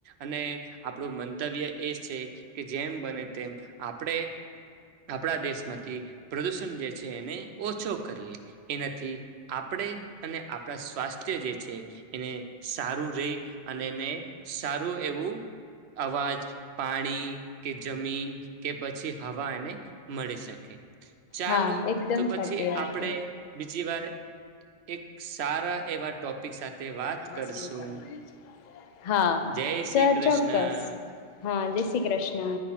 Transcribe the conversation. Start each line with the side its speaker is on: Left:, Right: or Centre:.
Right: અને આપણું મંતવ્ય એ છે કે જેમ બને તેમ આપણે આપણા દેશમાંથી પ્રદુષણ. જે છે એને ઓછો કરીએ, એનાથી આપણે અને આપણા સ્વાસ્થ્ય જે છે એને સારું રહી અને એને સારું એવું અવાજ, પાણી કે જમીન કે પછી હવા એને મળી શકે. ચાલો,
Left: હા એકદમ
Right: તો પછી
Left: સાચી વાત
Right: આપણેે બીજી વાર એક સારા એવા ટોપિક સાથે વાત
Left: <inaudible>
Right: કરશું
Left: હા,
Right: જય
Left: ચ
Right: શ્રી કૃષ્ણ
Left: ચોક્કસ. હા, જય શ્રી કૃષ્ણ.